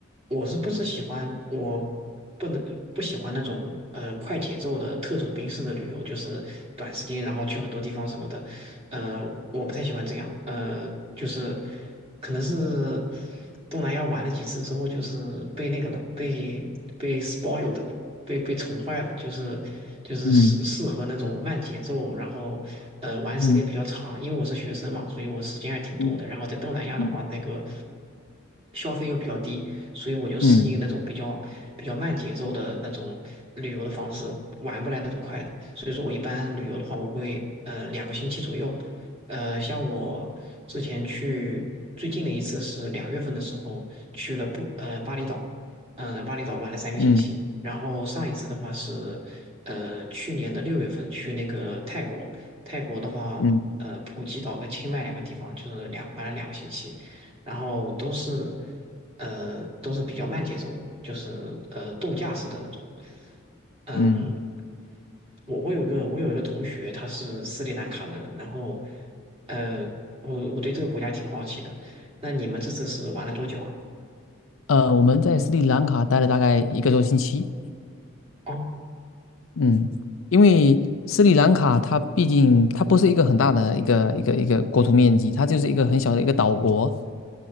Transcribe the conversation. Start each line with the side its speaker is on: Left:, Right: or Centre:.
Right: 我是不是喜欢，我不能不喜欢那种呃快节奏的特种兵式的旅游，就是短时间然后去很多地方什么的，呃，我不太喜欢这样，呃，就是可能是东南亚玩了几次之后，就是被那个了，被被 spoiled 了。被被宠坏了，就是就是适适合那种慢节奏，
Left: 嗯
Right: 然后呃玩时间比较长。
Left: 嗯
Right: 因为我是学生嘛，所以我时间还挺多的。
Left: 嗯
Right: 然后在东南亚的话，
Left: 嗯
Right: 那个消费又比较低，所以我就适应那种比较比较慢节奏的那种旅游的方式，
Left: 嗯
Right: 玩不来那种快的。所以说我一般旅游的话，我会呃两个星期左右。呃，像我之前去最近的一次是两月份的时候去了不呃巴厘岛，嗯、呃巴厘岛玩了三个星期。
Left: 嗯
Right: 然后上一次的话是，呃，去年的六月份去那个泰国，泰国的话，
Left: 嗯
Right: 呃，普吉岛跟清迈两个地方，就是两玩了两个星期，然后都是，呃，都是比较慢节奏的，就是呃度假式的那种。嗯，
Left: 嗯，
Right: 我我有一个我有一个同学，他是斯里兰卡人，然后，呃，我我对这个国家挺好奇的。那你们这次是玩了多久啊？
Left: 呃，我们在斯里兰卡待了大概一个多星期。
Right: 哦，
Left: 嗯，因为斯里兰卡它毕竟它不是一个很大的一个一个一个国土面积，它就是一个很小的一个岛国。